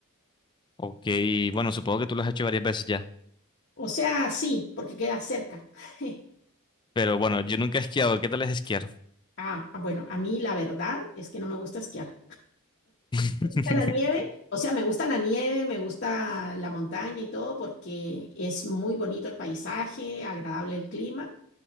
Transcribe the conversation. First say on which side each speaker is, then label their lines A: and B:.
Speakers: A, on the left; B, on the left.
A: Ok, bueno, supongo que tú lo has hecho varias veces ya.
B: O sea, sí, porque queda cerca. <laughs>
A: Pero bueno, yo nunca he esquiado. ¿Qué tal es esquiar?
B: Ah, bueno, a mí la verdad es que no me gusta esquiar.
A: <laughs>
B: gusta la nieve, o sea, me gusta la nieve, me gusta la montaña y todo porque es muy bonito el paisaje, agradable el clima,